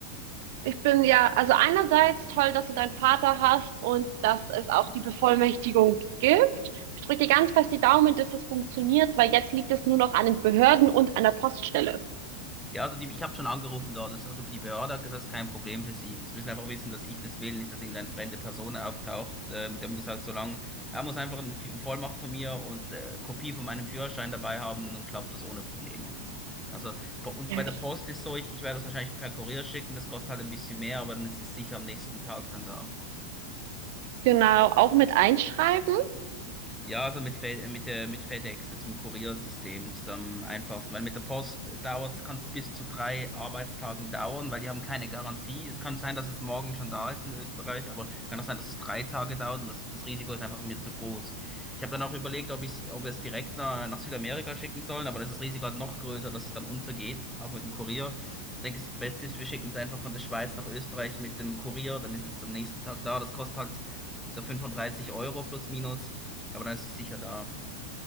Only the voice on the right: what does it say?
Ich bin ja, also einerseits toll, dass du deinen Vater hast und dass es auch die Bevollmächtigung gibt. Ich drücke dir ganz fest die Daumen, dass es funktioniert, weil jetzt liegt es nur noch an den Behörden und an der Poststelle.
Ja,
okay.
Genau, auch mit einschreiben.